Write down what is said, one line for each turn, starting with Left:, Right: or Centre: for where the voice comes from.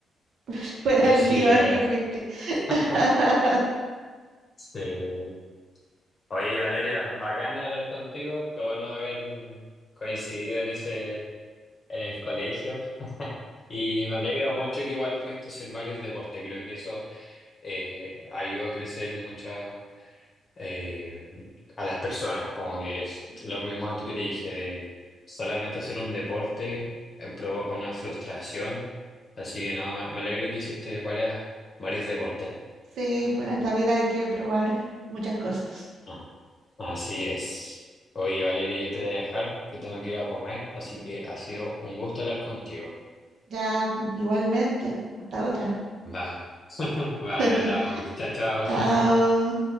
Right: <laughs> fuera
Left: considera.
Right: el mío el que fuiste.
Left: <laughs>
Right: <laughs>
Left: Sí. Oye, Valeria, bacana hablar contigo, qué bueno haber coincidido en ese, en el colegio. Y me alegro mucho que igual pudiste hacer varios deportes, creo que eso eh, ayuda a crecer mucho eh, a las personas, como que es lo que mismo que te dije, de solamente hacer un deporte eh, provoca una frustración, así que no, me me alegro que hiciste varias, varios deportes.
Right: Sí, pues en esta vida hay que probar muchas cosas.
Left: Ah, Así es. Oye, Valeria, yo te voy a dejar, que tengo que ir a comer, así que ha sido un gusto hablar contigo.
Right: Ya, pues, igualmente. Hasta otra.
Left: Vale, <laughs> vale,
Right: <laughs>
Left: hablamos. Chao, chao.
Right: Chao.